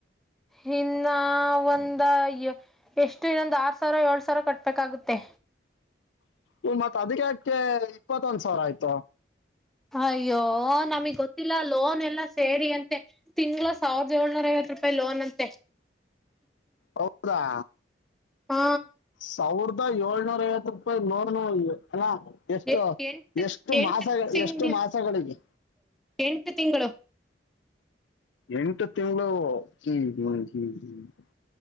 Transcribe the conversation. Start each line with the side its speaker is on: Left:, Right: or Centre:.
Centre: ಹನ್ನ ಒಂದಾಯ ಎಷ್ಟು ಇನ್ನೊಂದು ಆರ್ ಸಾವಿರ ಏಳ್ ಸಾವಿರ ಕಟ್ಬೇಕಾಗುತ್ತೆ
Left: ಹ ಮತ್ ಅದಕ್ಕೆಕ್ಕೆ ಇಪ್ಪತ್ತೊಂದ್ ಸಾವಿರ ಆಯ್ತು
Centre: ಅಯ್ಯೋ ನಮಗ್ ಗೊತ್ತಿಲ್ಲ ಲೋನ್ ಎಲ್ಲ ಸೇರಿ ಅಂತೆ ತಿಂಗಳ ಸಾವಿರದ ಏಳ್ನೂರ ಐವತ್ತು ರೂಪಾಯಿ ಲೋನ್ ಅಂತೆ
Left: ಹೌದಾ
Centre: ಹಾ
Left: ಸಾವಿರದ ಏಳ್ನೂರ ಐವತ್ತು ರಪಾಯಿ ನೋನು ಅಲ್ಲ ಎಷ್ಟು
Centre: ಎ ಎಂಟು
Left: ಎಷ್ಟು
Centre: ಎಂಟು
Left: ಮಾಸಗಳ
Centre: ತಿಂಗ್ಳ
Left: ಎಷ್ಟು ಮಾಸಗಳಿಗೆ
Centre: ಎಂಟು ತಿಂಗಳು
Left: ಎಂಟು ತಿಂ ಹ ಹ್ಮ